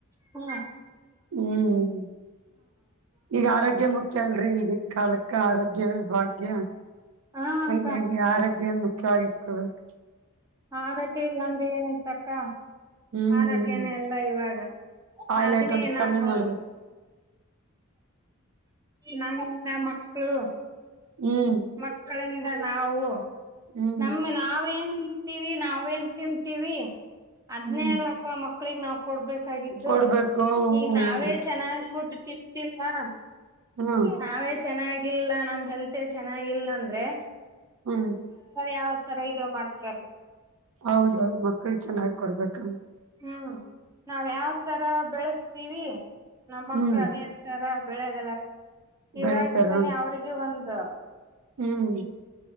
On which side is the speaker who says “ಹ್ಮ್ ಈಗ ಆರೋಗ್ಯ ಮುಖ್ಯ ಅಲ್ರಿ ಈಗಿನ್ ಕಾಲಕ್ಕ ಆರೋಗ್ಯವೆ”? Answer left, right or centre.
Right